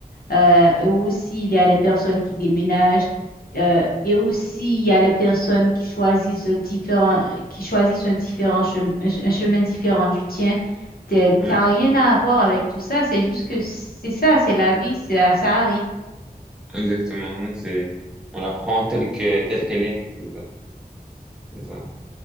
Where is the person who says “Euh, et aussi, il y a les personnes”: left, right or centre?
Left